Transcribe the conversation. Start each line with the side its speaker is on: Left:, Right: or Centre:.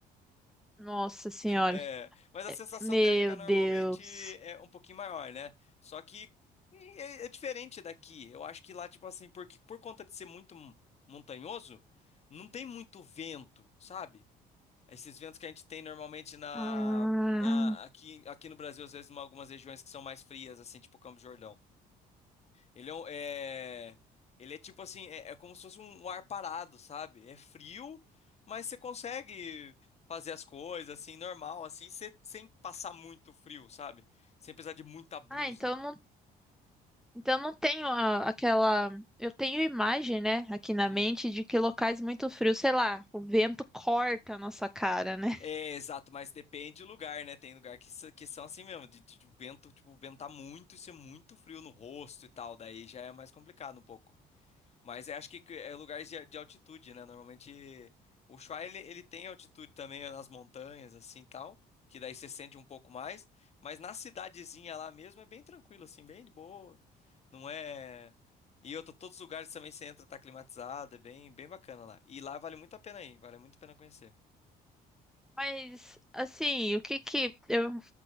Centre: Nossa senhora.
Left: É, mas a sensação
Centre: Meu
Left: térmica normalmente
Centre: Deus.
Left: é um pouquinho maior, né? Só que é, é diferente daqui. Eu acho que lá, tipo assim, porque por conta de ser muito mon- montanhoso, não tem muito vento, sabe? Esses ventos que a gente tem normalmente na,
Centre: Ah,
Left: na- aqui, aqui no Brasil, às vezes, em algumas regiões que são mais frias, assim, tipo Campos do Jordão. Ele é, um- é- ele é tipo assim, é, é como se fosse um, um ar parado, sabe? É frio, mas você consegue fazer as coisas assim, normal, assim, se- sem passar muito frio, sabe? Sem precisar de muita blusa.
Centre: ah então Então não tenho a- aquela. Eu tenho imagem, né, aqui na
Left: Sim.
Centre: mente de que locais muito frios, sei lá, o vento corta a nossa cara, né? <laughs>
Left: É, exato, mas depende do lugar, né? Tem lugar que, s- que são assim mesmo, de, de de vento, tipo, ventar muito e ser muito frio no rosto e tal, daí já é mais complicado um pouco. Mas é, acho que é lugares de, de altitude, né? Normalmente o Ushuaia ele, ele tem altitude também nas montanhas, assim tal, que daí você sente um pouco mais. Mas na cidadezinha lá mesmo é bem tranquilo, assim, bem de boa. Não é. E eu tô, todos os lugares também você entra, tá climatizado, é bem, bem bacana lá. E lá vale muito a pena ir, vale muito a pena conhecer.
Centre: Mas, assim, o que que. Eu